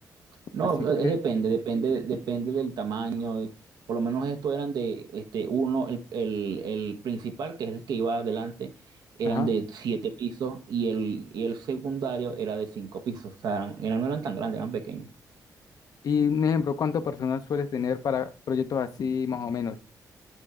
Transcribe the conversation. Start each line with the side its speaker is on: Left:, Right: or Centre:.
Right: No,
Left: Así que,
Right: es depende, depende, depende del tamaño. y Por lo menos estos eran de, este, uno, el, el, el principal, que es el que iba adelante, eran
Left: ajá.
Right: de siete pisos y el, y el secundario era de cinco pisos. O sea, eran, no eran tan grandes, eran pequeños.
Left: Y un ejemplo, ¿cuánto personal sueles tener para proyectos así más o menos?